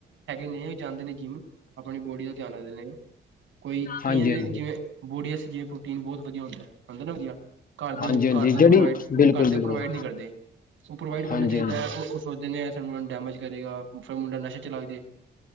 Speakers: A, on the right; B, on the left.
A: ਨੇ ਜਾਂਦੇ ਨੇ ਜਿੰਮ ਆਪਣੀ ਬੋਡੀ ਦਾ ਧਿਆਨ ਰੱਖਦੇ ਨੇ ਕੋਈ ਕਈਆਂ
B: ਹਾਂਜੀ
A: ਦੇ ਜਿਵੇਂ ਜਿ ਪ੍ਰੋਟੀਨ ਬਹੁਤ ਵਧੀਆ ਹੁੰਦਾ ਹੁੰਦਾ ਨਾ ਵਧੀਆ ਘਰਓ
B: ਹਾਂਜੀ ਹਾਂਜੀ
A: ਘਰਦੇਓ
B: ਜਿਹੜੀ
A: ਪ੍ਰੋਵਾਈਡ
B: ਬਿਲਕੁਲ
A: ਘਰਦੇਓ
B: ਬਿਲਕੁਲ
A: ਪ੍ਰੋਵਾਈਡ ਨਹੀਂ ਕਰਦੇ ਉਹ ਪ੍ਰੋਵਾਈਡ ਕਰਨਾ
B: ਹਾਂਜੀ
A: ਚਾਹੀਦਾ
B: ਹਾਂਜੀ
A: ਉਹ ਸੋਚ ਦਿੰਦੇ ਸਾਨੂੰ ਡੈਮੇਜ ਕਰੇਗਾ ਫਿਰ ਮੁੰਡਾ ਨਸ਼ਾ ਚ ਲਗਦੇ